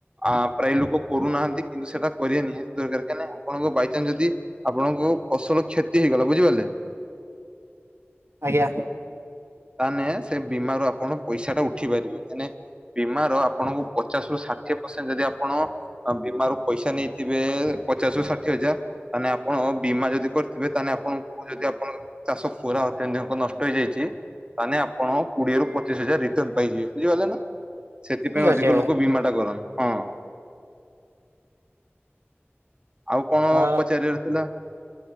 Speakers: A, on the right; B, on the right.
A: ଆ ପ୍ରାୟ ଲୋକ କରୁନାହାନ୍ତି କିନ୍ତୁ ସେଟା କରିବା ନିହାତି ଦରକାର କାହିଁକି ଆପଣଙ୍କ ବାଇଚାନ୍ସ ଯଦି ଆପଣଙ୍କୁ ଫସଲ କ୍ଷତି ହେଇଗଲା ବୁଝିପାରିଲେ।
B: ଆଜ୍ଞା।
A: ତାନେ ସେ ବୀମାରୁ ଆପଣ ପଇସା ଟା ଉଠି ପାରିବେ ଏଇନେ ବୀମାର ଆପଣଙ୍କୁ ପଚାଶ ରୁ ଷାଠିଏ ପର୍ସେଣ୍ଟ ଯଦି ଆପଣ ବୀମାରୁ ପଇସା ନେଇଥିବେ ପଚାଶରୁ ଷାଠିଏ ହଜାର। ତାନେ ଆପଣ ବୀମା ଯଦି କରିଥିବେ ତାନେ ଆପଣଙ୍କୁ ଯଦି ଆପଣ ଚାଷ ପୁରା ଅତ୍ୟଧିକ ନଷ୍ଟ ହେଇଯାଇଛି। ତାନେ ଆପଣ କୋଡ଼ିଏ ରୁ ପଚିଶ ହଜାର ରିଟର୍ନ ପାଇଯିବେ ବୁଝିପାରିଲେ ନା। ସେଥିପାଇଁ
B: ଠିକ୍
A: ଅଧିକ
B: ଅଛି ଆଜ୍ଞା
A: ଲୋକ ବୀମା ଟା କରନ୍। ହଁ ଆଉ କଣ
B: ହଁ।
A: ପଚାରିବାର ଥିଲା।